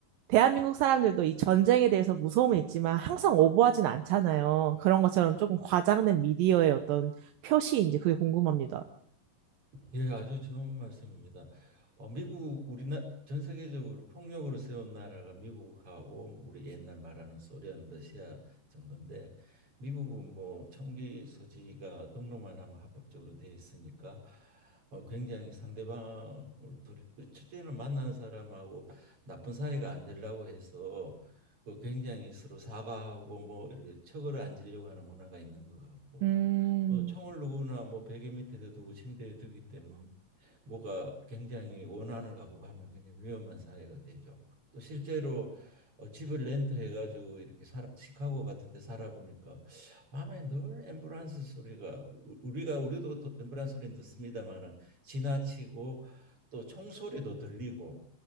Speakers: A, on the right; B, on the right.
A: 대한민국 사람들도 이 전쟁에 대해서 무서움은 있지만 항상 오버하진 않잖아요. 그런 것처럼 조금 과장된 미디어의 어떤 표시인지 그게 궁금합니다.
B: 예, 아주 좋은 말씀입니다. 어, 미국 우리나 전 세계적으로 폭력으로 세운 나라가 미국하고 뭐 우리 옛날 말하는 소련, 러시아 정도인데 미국은 뭐 총기 소지가 등록만 하면 합법적으로 돼 있으니까 어, 굉장히 상대방을 두 첫째는 만나는 사람하고 나쁜 사이가 안 되려고 해서 그 굉장히 서로 사과하고 뭐 이렇게 척을 안 지려고 하는 문화가 있는 것 같고
A: 음.
B: 또 총을 누구나 뭐 베개 밑에도 두고 침대에 두기 때문에 뭐가 굉장히 원한을 갖고 하면 굉장히 위험한 사회가 되죠. 또 실제로 어, 집을 렌트해 가지고 이렇게 살아, 시카고 같은 데 살아보니까 밤에 늘 앰뷸런스 소리가 우- 우리가 우리도 또 앰뷸런스 소리는 듣습니다마는 지나치고 또 총소리도 들리고